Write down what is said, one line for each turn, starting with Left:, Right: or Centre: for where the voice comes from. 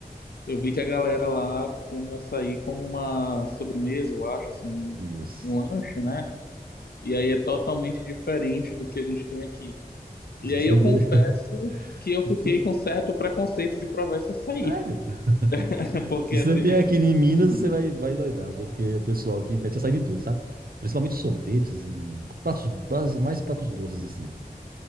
Left: eu vi que a galera lá come o açaí como uma sobremesa, eu acho, assim, um,
Right: isso.
Left: um lanche, né? E aí é totalmente diferente do que a gente tem aqui. E
Right: Se você
Left: aí eu
Right: ver.
Left: confesso
Right: <laughs>
Left: que eu
Right: se
Left: fiquei
Right: você-
Left: com certo preconceito de provar esse açaí.
Right: Sério? <laughs>
Left: <laughs> Porque
Right: Se você
Left: assim,
Right: vier
Left: de,
Right: aqui em Minas, você vai, vai doidar, porque o pessoal aqui mete açaí em tudo, sabe? Principalmente sorvetes, em pratos, mais pratos doces, assim.